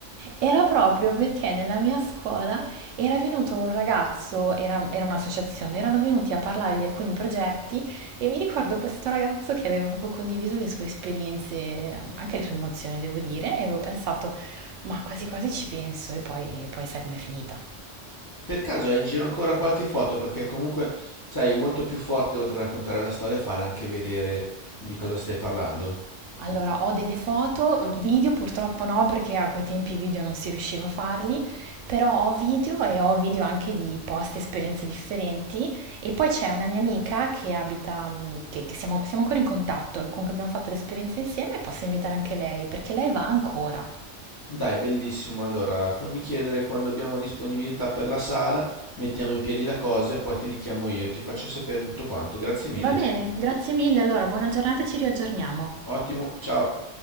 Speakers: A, on the right (about 85°); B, on the left (about 25°).
A: era proprio perché nella mia scuola era venuto un ragazzo, era, era un'associazione, erano venuti a parlare di alcuni progetti e mi ricordo questo ragazzo che aveva proprio condiviso le sue esperienze, anche le sue emozioni, devo dire, e avevo pensato, ma quasi quasi ci penso, e poi, poi sai com'è finita.
B: Per caso hai in giro ancora qualche foto? Perché comunque, sai, è molto più forte oltre a raccontare la storia, fare anche vedere di cosa stai parlando.
A: Allora, ho delle foto, video purtroppo no, perché a quei tempi i video non si riusciva a farli, però ho video e ho video anche di posti, esperienze differenti. E poi c'è una mia amica che abita, mh, che, che siamo, siamo ancora in contatto, comunque abbiamo fatto l'esperienza insieme e posso invitare anche lei, perché lei va ancora.
B: Dai, bellissimo. Allora, fammi chiedere quando abbiamo disponibilità per la sala, mettiamo in piedi la cosa e poi ti richiamo io, ti faccio sapere tutto quanto. Grazie mille.
A: Va bene, grazie mille, allora buona giornata e ci riaggiorniamo.
B: Ottimo, ciao.